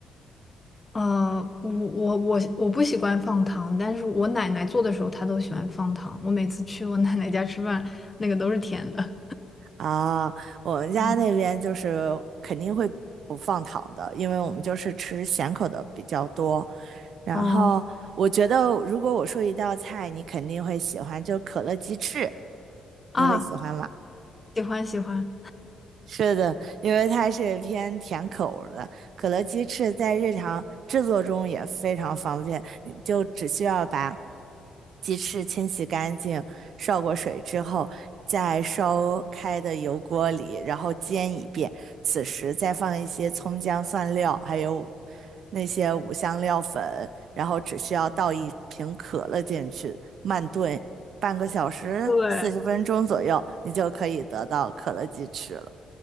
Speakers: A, on the left; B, on the right.
A: 呃，我我我我不喜欢放糖，但是我奶奶做的时候她都喜欢放糖。我每次去我奶奶家吃饭，那个都是甜的。
B: 啊，我们家那边就是肯定会不放糖的，
A: 嗯，
B: 因为我们就是吃咸口的比较多。然后我觉得，
A: 哦
B: 如果我说一道菜，你肯定会喜欢，就可乐鸡翅，
A: 啊，
B: 你会喜欢吗？
A: 喜欢喜欢。
B: 是的，因为它是偏甜口儿的，可乐鸡翅在日常制作中也非常方便，你就只需要把鸡翅清洗干净，烧过水之后，在烧开的油锅里，然后煎一遍，此时再放一些葱姜蒜料，还有那些五香料粉，然后只需要倒一瓶可乐进去，慢炖半个小时，
A: 对，
B: 四十分钟左右，你就可以得到可乐鸡翅了。